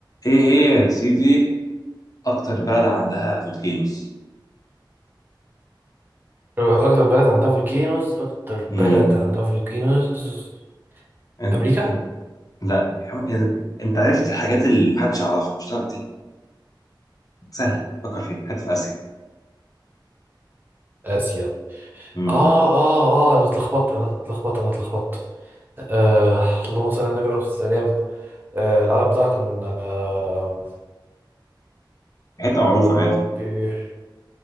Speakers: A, on the left; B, on the right.
A: ايه هي يا سيدي اكتر بلد عندها فولكينوز
B: اكتر بلد عندها فولكينوز اكتر بلد
A: امم
B: عندها فولكينوز
A: انت
B: امريكا
A: إنت- لا يا عم، إذا- انت عرفت الحاجات اللي محدش يعرفها مش تعرف دي سهله فكر فيها حته في اسيا
B: اسيا
A: امم
B: اه اه اه انا اتلخبطت انا اتلخبطت انا اتلخبطت آه اللهم صل على النبي عليه الصلاه والسلام آه العلم بتاعها كان آه
A: حته معروفه
B: يا ربي
A: عادي